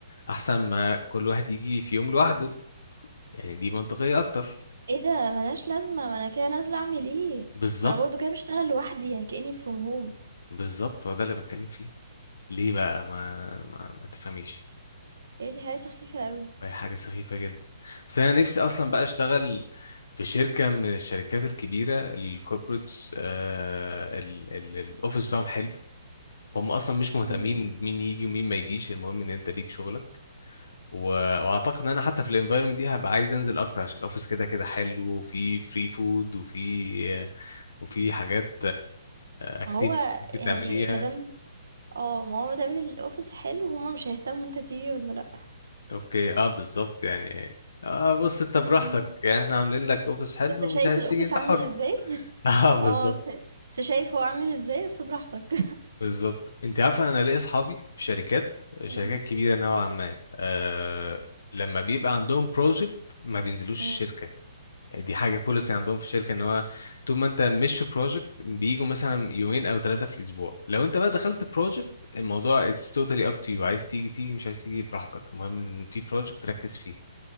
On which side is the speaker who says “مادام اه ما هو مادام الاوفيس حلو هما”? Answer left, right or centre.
Right